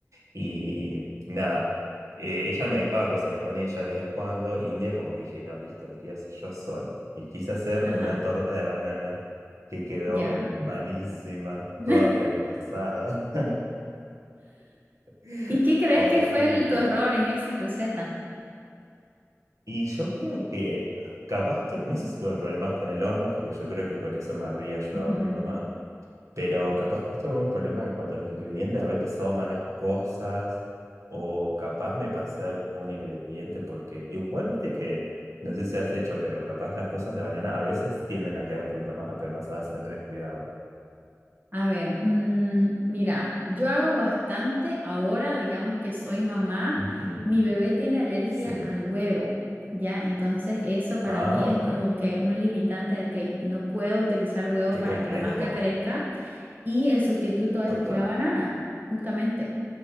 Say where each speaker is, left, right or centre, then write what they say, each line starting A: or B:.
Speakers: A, on the right (about 70°); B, on the right (about 35°).
A: Y nada, eh, ella me dejaba cocinar con ella de vez en cuando y un día como que dije, no, listo, lo quiero hacer yo solo. Y quise hacer
B: Ajá,
A: una torta de banana que quedó
B: ya.
A: malísima,
B: <laughs>
A: toda pelmazada, <laughs>
B: ¿Y qué crees
A: horrible.
B: que fue el- tu error en esa receta?
A: Y yo creo que capaz, tu- no sé si tuve problemas con el horno, porque yo creo que con eso me habría ayudado
B: Ujú.
A: mi mamá, pero capaz tuve un problema en cuanto a los ingredientes, haber pesado mal las cosas, o capaz me pasé algún ingrediente, porque igual viste que, no sé si has hecho, pero capaz las cosas de banana a veces tienden a quedar un poquito más apelmazadas si no tenés cuidado.
B: A ver, mm, mira, yo hago bastante ahora, digamos que soy mamá,
A: Ujú,
B: mi bebé tiene alergia
A: Sí.
B: al huevo, ¿ya? Entonces eso para
A: Ah,
B: mí
A: ok.
B: es como que un limitante de, ok, no puedo utilizar huevo
A: Qué
B: para
A: complejo.
B: que la masca crezca y el sustituto es
A: Total.
B: la banana, justamente.